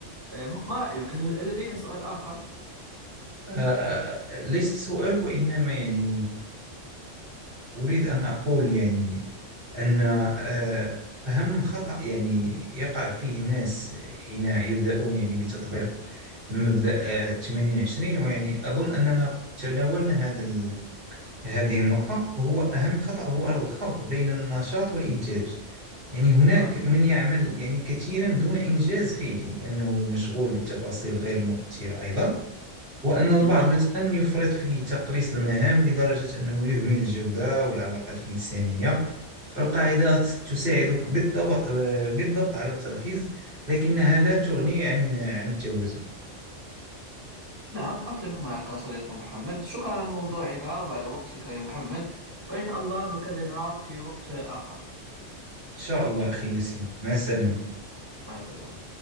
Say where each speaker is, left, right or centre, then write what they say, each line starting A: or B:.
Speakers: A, on the right; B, on the right.
A: أه، ما رأيك؟ هل هل لديك سؤال آخر؟
B: آه، ليس سؤال وإنما يعني أريد أن أقول يعني أن آه، أهم خطأ يعني يقع فيه الناس حين يبدأون يعني بتطبيق مبدأ آه، 80 20 ويعني أظن أننا تناولنا هذا ال- هذه النقطة هو أهم خطأ هو الخلط بين النشاط والإنتاج يعني هناك
A: نعم
B: من يعمل يعني كثيرا دون إنجاز فعلي لأنه مشغول بالتفاصيل غير المؤثرة أيضا وأن البعض
A: نعم
B: مثلا يفرط في تقليص المهام لدرجة أنه يهمل الجودة والعلاقات الإنسانية فالقاعدة تساعدك بالطب- بالضبط على التركيز لكنها لا تغني عن عن التوازن
A: نعم أتفق معك صديقي محمد شكرا على موضوعك وعلى وقتك يا محمد وإن شاء الله نكررها في وقت آخر
B: إن شاء الله أخي ياسين مع السلامة
A: مع السلامة